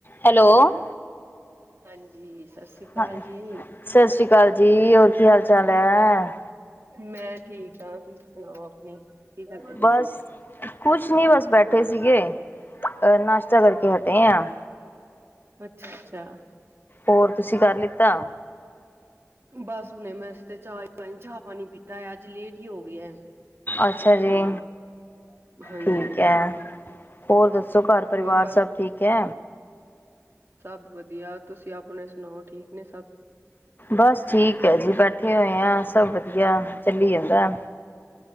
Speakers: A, on the left; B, on the right.
A: Hello.
B: ਹਾਂਜੀ, ਸਤਿ ਸ਼੍ਰੀ ਅਕਾਲ
A: ਹਾਂ
B: ਜੀ,
A: ਸਤਿ ਸ੍ਰੀ ਅਕਾਲ ਜੀ ਹੋਰ ਕੀ ਹਾਲ ਚਾਲ ਹੈ
B: ਮੈਂ ਠੀਕ ਹਾਂ, ਤੁਸੀਂ ਸੁਣਾਓ ਆਪਣੀ? ਕੀ ਕਰਦੇ ਪਏ
A: ਬਸ
B: ਸੀ
A: ਕੁਛ ਨੀ ਬਸ ਬੈਠੇ ਸੀਗੇ। ਅਹ ਨਾਸ਼ਤਾ ਕਰਕੇ ਹਟੇ ਆ।
B: ਅੱਛਾ-ਅੱਛਾ,
A: ਹੋਰ ਤੁਸੀਂ ਕਰ ਲਿੱਤਾ?
B: ਬਸ ਹੁਣੇ ਵੈਸੇ ਤੇ ਚਾਹਣੀ ਚਾਹ ਪਾਣੀ ਪੀਤਾ ਹੈ, ਅੱਜ ਲੇਟ ਹੀ ਹੋ ਗਿਆ।
A: ਅੱਛਾ ਜੀ
B: ਹਾਂ ਹਾਂਜੀ
A: ਠੀਕ
B: ਹਾਂਜੀ
A: ਹੈ, ਹੋਰ ਦੱਸੋ? ਸੋ ਘਰ ਪਰਿਵਾਰ
B: ਹੋਰ ਘਰ
A: ਸਭ ਠੀਕ ਏ?
B: ਸਭ ਵਧੀਆ ਤੁਸੀਂ, ਆਪਣੇ ਸੁਣਾਓ ਠੀਕ ਨੇਂ
A: ਬਸ ਠੀਕ ਹੈ ਜੀ ਬੈਠੇ ਹੋਏ, ਆ ਸਭ ਵਧੀਆ ਚੱਲੀ ਜਾਂਦਾ।